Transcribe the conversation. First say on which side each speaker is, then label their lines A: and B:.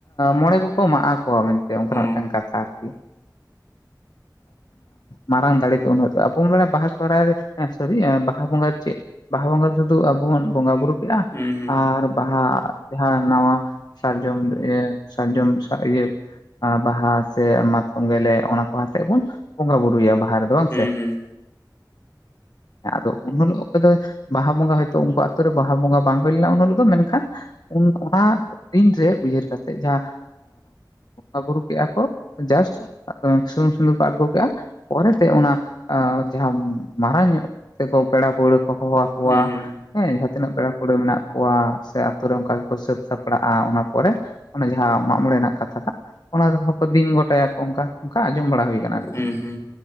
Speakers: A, on the left (about 65°); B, on the left (about 40°).
A: ᱢᱚᱬᱮ ᱠᱚᱠᱚ ᱮᱢᱟᱜᱼᱟ ᱢᱮᱱᱛᱮ ᱚᱱᱠᱟᱱᱟᱜ
B: ᱚ
A: ᱢᱤᱫᱴᱟᱱ ᱠᱟᱛᱷᱟ ᱟᱨᱠᱤ ᱢᱟᱨᱟᱝ ᱫᱟᱲᱮᱛᱮ ᱩᱱᱚᱜᱼᱟ ᱟᱵᱚ ᱵᱚᱱᱮ ᱵᱟᱦᱟ ᱥᱚᱦᱦᱟᱭ ᱨᱮ ᱵᱟᱦᱟ ᱵᱚᱸᱜᱟ ᱪᱮᱫ ᱵᱟᱦᱟ ᱵᱚᱸᱜᱟ ᱥᱩᱫᱩ ᱟᱵᱚ ᱵᱚᱱ ᱵᱚᱸᱜᱟ ᱵᱩᱨᱩ ᱭᱟ
B: ᱦᱩᱸ ᱦᱩᱸ
A: ᱟᱨ ᱵᱟᱦᱟ ᱡᱟᱦᱟᱸ ᱱᱟᱣᱟ ᱥᱟᱨᱡᱚᱢ ᱤᱭᱟᱹ ᱥᱟᱨᱡᱚᱢ ᱤᱭᱟᱹ ᱵᱟᱦᱟ ᱥᱮ ᱢᱟᱛᱠᱚᱢ ᱜᱮᱞᱮ ᱚᱱᱟ ᱠᱚ ᱟᱛᱮᱮᱫ ᱵᱚᱱ ᱵᱚᱸᱜᱟ ᱵᱩᱨᱩᱭᱟ ᱵᱟᱦᱟ ᱨᱮᱫᱚ ᱵᱟᱝ
B: ᱦᱩᱸ
A: ᱥᱮ ᱟᱫᱚ ᱩᱱ ᱦᱤᱞᱳᱜ ᱚᱠᱚᱭ ᱫᱚ ᱵᱟᱦᱟ ᱵᱚᱸᱜᱟ ᱦᱚᱳᱭᱛᱳ ᱩᱱᱠᱩ ᱟᱛᱳ ᱨᱮ ᱵᱟᱦᱟ ᱵᱚᱸᱜᱟ ᱵᱟᱝ ᱦᱩᱭ ᱞᱮᱱᱟ ᱩᱱ ᱦᱤᱞᱳᱜ ᱫᱚ ᱢᱮᱱᱠᱷᱟᱱ ᱚᱱᱟ ᱫᱤᱱᱨᱮ ᱩᱭᱦᱟᱹᱨ ᱠᱟᱛᱮᱜ ᱡᱟᱦᱟᱸ ᱵᱚᱸᱜᱟ ᱵᱩᱨᱩ ᱠᱮᱫᱮᱜᱼᱟ ᱠᱚ ᱡᱟᱥᱴ ᱥᱩᱱᱩᱢ ᱥᱤᱸᱫᱩᱨ ᱠᱚ ᱟᱬᱜᱚ ᱠᱮᱫᱼᱟ ᱯᱚᱨᱮᱛᱮ ᱚᱱᱟ ᱡᱟᱦᱟᱸ ᱢᱟᱨᱟᱝ ᱧᱚᱜ ᱥᱮᱠᱚ ᱯᱮᱲᱟ ᱯᱟᱹᱲᱦᱟᱹ ᱠᱚ ᱦᱚᱦᱚ ᱟᱠᱚᱣᱟ
B: ᱦᱩᱸ
A: ᱦᱮᱸ ᱡᱟᱦᱟᱸ ᱛᱤᱱᱟᱹᱜ ᱯᱮᱲᱟ ᱯᱟᱹᱲᱦᱟᱹ ᱢᱮᱱᱟᱜ ᱠᱚᱣᱟ ᱥᱮ ᱟᱛᱩᱨ ᱨᱮ ᱚᱱᱠᱟ ᱜᱮᱠᱚ ᱥᱟᱹᱛ ᱥᱟᱯᱲᱟᱜᱼᱟ ᱚᱱᱟ ᱯᱚᱨᱮ ᱚᱱᱟ ᱡᱟᱦᱟᱸ ᱢᱟᱜᱢᱚᱬᱮ ᱨᱮᱱᱟᱜ ᱠᱟᱛᱷᱟ ᱴᱟ ᱚᱱᱟᱦᱚᱸ ᱠᱚ ᱫᱤᱱ ᱜᱚᱴᱟᱭᱟᱠᱚ ᱚᱱᱠᱟ ᱚᱱᱠᱟ ᱟᱸᱡᱚᱢ ᱵᱟᱲᱟ ᱦᱩᱭᱩᱜᱼᱟ
B: ᱦᱮᱸ ᱦᱩᱸ